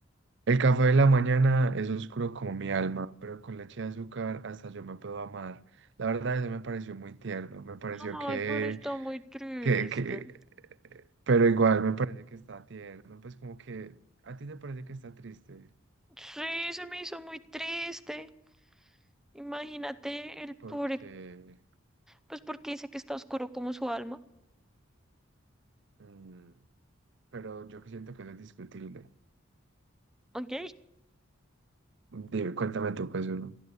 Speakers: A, on the right; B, in the centre.
A: el café de la mañana es oscuro como mi alma, pero con leche de azúcar hasta yo me puedo amar. La verdad, eso me pareció muy tierno, me pareció
B: Ay,
A: que,
B: pero está muy triste.
A: que, que, pero igual me parece que está tierno, pues como que a ti te parece que está triste,
B: Sí, se me hizo muy triste. Imagínate el
A: porque,
B: pobre, pues porque dice que está oscuro como su alma.
A: mm, pero yo que siento que eso es discutible.
B: ¿Ok?
A: Dime, cuéntame tú, pues uno.